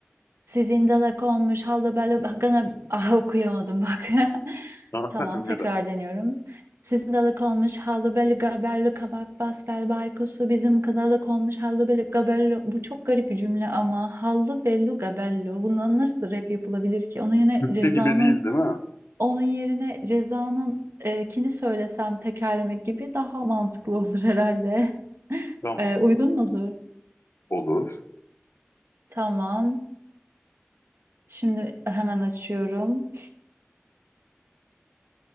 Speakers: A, on the right; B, on the left.
A: Sizin dalak olmuş hallı bello gana ah okuyamadım bak. <laughs>
B: <laughs>
A: Tamam tekrar
B: Bir de.
A: deniyorum. Sizin dalak olmuş hallı bello gabello kabak bas bel baykusu bizim dalak olmuş hallı bello gabello. Bu çok garip bir cümle ama hallı bello gabello. Bundan nasıl rap yapılabilir ki? Onun yerine
B: Türkçe
A: Reza'nın
B: gibi değil değil mi?
A: onun yerine Reza'nın e, kini söylesem tekerlemek gibi daha mantıklı olur herhalde. <laughs>
B: Tamam.
A: E, uygun mudur?
B: Olur.
A: Tamam. Şimdi hemen açıyorum.